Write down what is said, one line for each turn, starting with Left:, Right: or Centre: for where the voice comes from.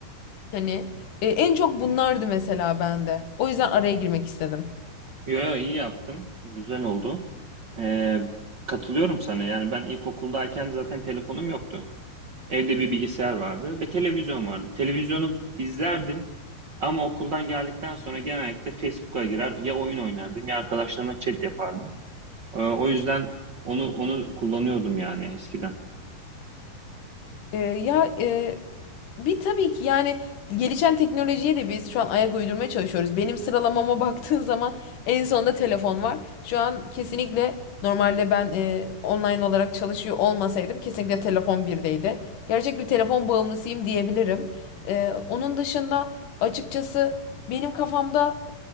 Left: Hani e, en çok bunlardı mesela bende. O yüzden araya girmek istedim.
Right: Yo, yo, iyi yaptın. Güzel oldu. Ee, katılıyorum sana. Yani ben ilkokuldayken zaten telefonum yoktu. Evde bir bilgisayar vardı ve televizyon vardı. Televizyonu izlerdim ama okuldan geldikten sonra genellikle Facebook'a girer ya oyun oynardım ya arkadaşlarımla chat yapardım. Ee, o yüzden onu onu kullanıyordum yani eskiden.
Left: Ee, ya e, bir tabii ki yani gelişen teknolojiye de biz şu an ayak uydurmaya çalışıyoruz. Benim sıralamama <laughs> baktığın zaman en sonda telefon var. Şu an kesinlikle normalde ben e, online olarak çalışıyor olmasaydım kesinlikle telefon birdeydi. Gerçek bir telefon bağımlısıyım diyebilirim. Ee, onun dışında açıkçası benim kafamda